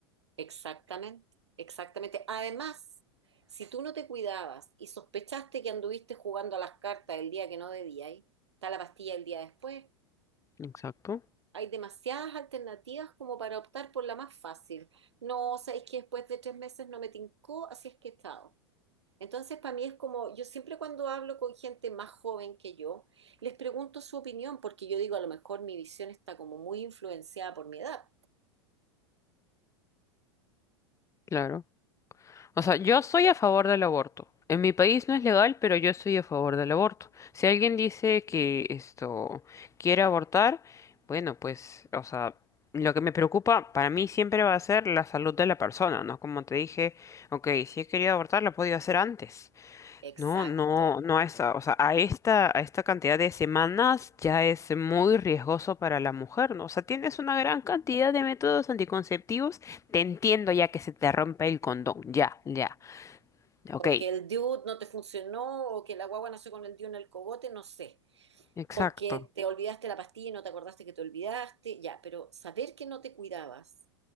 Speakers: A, on the right (about 85°); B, on the left (about 20°).
A: exactamente, exactamente. Además, si tú no te cuidabas y sospechaste que anduviste jugando a las cartas el día que no debías, está la pastilla el día después,
B: Exacto,
A: hay demasiadas alternativas como para optar por la más fácil. No, o sea, es que después de tres meses no me tincó, así es que he estado. Entonces, para mí es como, yo siempre cuando hablo con gente más joven que yo, les pregunto su opinión, porque yo digo, a lo mejor mi visión está como muy influenciada por mi edad.
B: claro. O sea, yo soy a favor del aborto. En mi país no es legal, pero yo estoy a favor del aborto. Si alguien dice que esto quiere abortar, bueno, pues, o sea, lo que me preocupa para mí siempre va a ser la salud de la persona, ¿no? Como te dije, ok, si he querido abortar, lo he podido hacer antes.
A: Exacto.
B: No, no, no a esa, o sea, a esta, a esta cantidad de semanas ya es muy riesgoso para la mujer, ¿no? O sea, tienes una gran cantidad de métodos anticonceptivos. Te entiendo ya que se te rompe el condón, ya, ya. Ok,
A: O que el dude no te funcionó, o que la guagua nació con el dude en el cogote, no sé.
B: exacto,
A: O que te olvidaste la pastilla y no te acordaste que te olvidaste, ya, pero saber que no te cuidabas